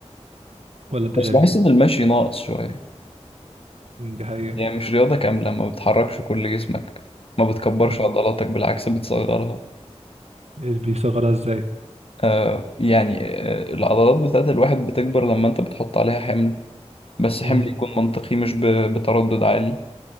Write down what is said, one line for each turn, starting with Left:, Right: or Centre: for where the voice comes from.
Right: ولا انت
Left: بس
Right: شايف
Left: بحس
Right: ايه؟
Left: ان المشي ناقص شوية
Right: م، دي حقيقه
Left: يعني مش رياضة كاملة ما بتحركش كل جسمك ما بتكبرش
Right: م،
Left: عضلاتك بالعكس بتصغرها
Right: بيصغرها ازاي؟
Left: آه يعني آه العضلات بتاعت الواحد بتكبر لما انت بتحط عليها حمل بس
Right: م.
Left: حمل يكون منطقي مش ب- بتردد عالي